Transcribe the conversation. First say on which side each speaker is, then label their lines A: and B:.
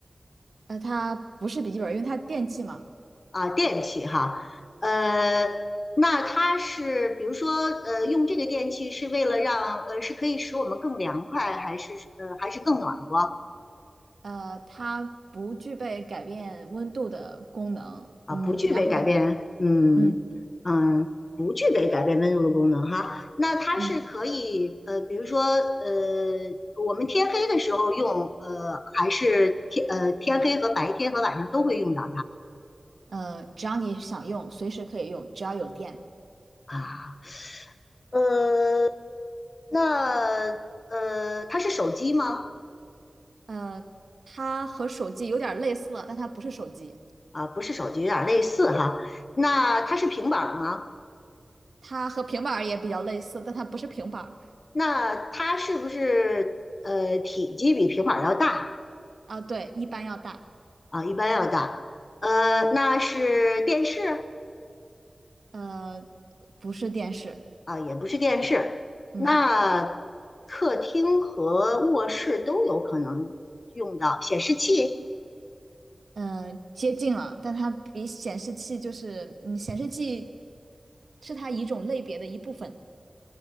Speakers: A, on the right; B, on the left.
A: 呃，它不是笔记本，因为它电器嘛。
B: 啊，电器哈，呃，那它是比如说呃，用这个电器是为了让呃是可以使我们更凉快，还是呃还是更暖和？
A: 呃，它不具备改变温度的功能。
B: 啊，
A: 嗯，
B: 不具备改变，
A: 然后
B: 嗯嗯，
A: 嗯
B: 不具备改变温度的功能哈。那它是可以，
A: 嗯
B: 呃，比如说，呃，我们天黑的时候用，呃，还是天呃天黑和白天和晚上都会用到
A: 呃，只要你想用，随时可以用，只要有电。
B: 它啊。呃，那呃，它是手机吗？
A: 呃，它和手机有点类似了，但它不是手机。
B: 啊，不是手机，有点类似哈。那它是平板儿吗？
A: 它和平板儿也比较类似，但它不是平板儿。
B: 那它是不是呃体积比平板儿要大？
A: 啊，对，一般要大。
B: 啊，一般要大。呃，那是电视
A: 呃，不是电视。
B: 啊，也不是电视，
A: 嗯
B: 那客厅和卧室都有可能用到显示器。
A: 嗯、呃接近了，但它比显示器就是，嗯，显示器是它一种类别的一部分。